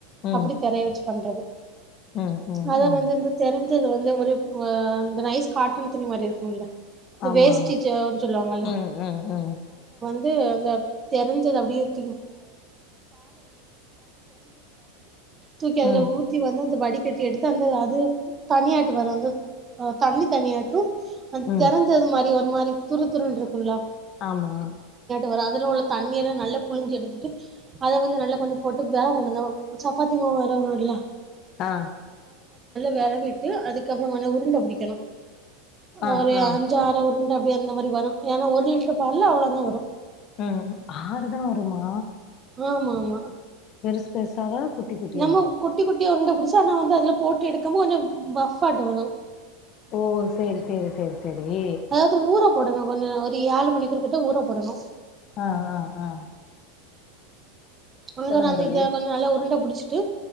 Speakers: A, on the left; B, on the right.
A: ம்.
B: அப்படி தெரைய வச்சு பண்றது
A: ம் ம்
B: அத
A: ம்.
B: வந்து இந்த திரண்டு த்து வந்து ஒரு அ அந்த நைஸ் காட்டன் துணி மாரி இருக்குல்ல இந்த
A: ஆமா.
B: வேஸிஜ் <unintelligible> சொல்லுவாங்கல்ல
A: ம் ம் ம்.
B: து அந்த தெருஞ்சது அப்டியே <unintelligible> தூக்கி அதுல
A: ம்
B: ஊத்தி வந்து அது வடி கட்டி எடுத்து அந்த அது தனியாட்டு வரும் அது தண்ணி தனியாருக்கும் அந்த
A: ம்.
B: தெறஞ்சது மாதிரி <unintelligible> ஒரு மாரி துரு துருனு இருக்குள்ளா
A: ஆமா
B: வ அதுல உள்ள தண்ணீர நல்ல பிழிஞ்சி எடுத்துட்டு அத வந்து நல்லா கொஞ்சம் போட்டு வெரவணும் த சப்பாத்தி மாவு வெரவணும்ல
A: தா
B: வெறவிட்டு அதுக்கப் ஊர்னோனே உருண்ட புடிக்கணு
A: ஆ
B: ஒரு
A: ஆ.
B: அஞ்சாறு உருண்ட வெண்ணெ மாரி வரு ஏனா ஒரு லிட்ரு பால்ல அவ்ளந் தா வரு
A: அ ஆறு தா வருமா
B: ஆமாமா
A: பெருசு பெருசாவா குட்டி குட்டியாவா
B: நம்ம குட்டி குட் ட்டியா உருண்ட புடிச்சி ஆனா வந்து அதுல போட்டு எடுக்காம அதுல பஃப்ஃபாட்டவரு
A: ஓ சேரி சேரி சேரி சே தெரி
B: அதாவது ஊற போடணு கொஞ்சோ ஒரு ஏழு மணிக் குறுப்பிட்டு ஊர போடணு
A: ஆ ஆ ஆ
B: ஒவ்வொராளு
A: சொல்லுங்க தோழி
B: இத கொஞ்சோ நல்லா உருண்ட புடிச்சிட்டு